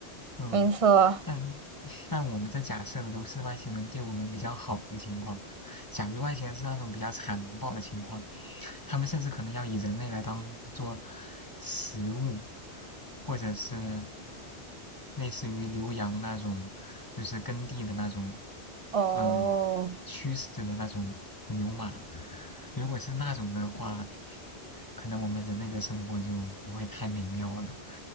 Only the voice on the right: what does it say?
没错，
哦，